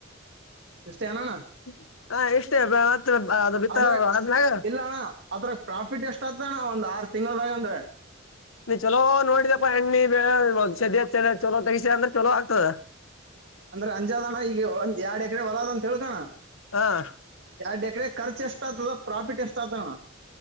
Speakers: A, on the right (about 55°); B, on the left (about 80°).
A: ಎಷ್ಟೇ <unintelligible>
B: <unintelligible>
A: ಅದ್ರಾಗ ಇಲ್ಲ ಅಣ್ಣಾ. ಅದ್ರಾಗ ಪ್ರಾಫಿಟ್ ಎಷ್ಟ ಆತ ಅಣ್ಣಾ ಒಂದ ಆರ್ ತಿಂಗಳದಾಗ ಅಂದ್ರ.
B: ನೀ ಚಲೋ ನೋಡಿದಪ್ಪಾ <unintelligible> ಚಲೋ ತಗಸಿ ಅಂದ್ರ ಚಲೋ ಆಗ್ತದ.
A: ಅಂದ್ರೆ ಅಂಜದ ಅಣ್ಣ ಈಗ ಒಂದ್ ಎರಡ್ ಎಕರೆ ಹೊಲದ ಅಂತ ಹೇಳ್ಕೋಣ.
B: ಹಾ
A: ಯಾಡ್ ಎಕರೆ ಖರ್ಚ್ ಎಷ್ಟ್ ಆಗ್ತದ ಪ್ರಾಫಿಟ್ ಎಷ್ಟ್ ಆಗ್ತದಣ್ಣ